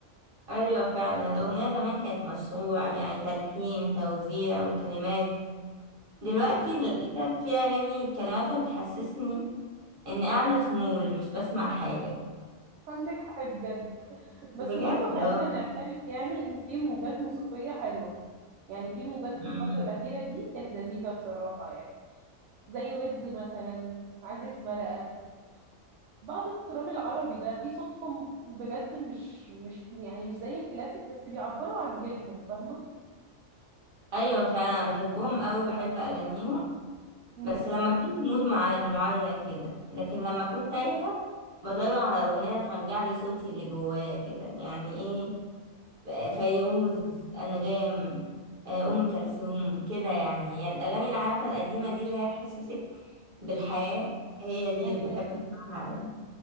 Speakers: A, on the right (about 45°); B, on the right (about 70°).
A: ايوه فعلا الاغنيه زمان كانت مشروع يعني تلحين توزيع وكلمات دلوقتي
B: حصل
A: للاسف في اغاني كلماتها بتحسسني اني قاعده في مول مش بسمع حاجه
B: عندك حق بجد بس
A: بجد
B: برضو خلينا
A: اه
B: نعترف يعني ان في موجات موسيقية حلوة يعني في موجات
A: أمم.
B: في الفترة الأخيرة دي كانت لذيذة بصراحة يعني زي ويجز مثلا عزيز مرقة بعض التراب العربي ده في صوتهم بجد مش مش يعني مش زي الكلاسيك بس بيعبروا عن جيلهم فاهمة
A: ايوه فعلا أنا بحبهم قوي بحب اغانيهم
B: امم
A: بس لما كنت مود مع- معين كده لكن لما كنت تايهه بدور على اغنيه ترجع لي صوتي اللي جوايا كده يعني ايه فيروز أنغام آه، أم كلثوم كده يعني هي الأغاني اللي عارفة القديمة دي اللي هي تحسسك بالحياة هي دي
B: ايوه
A: اللي بحب أسمعها أوي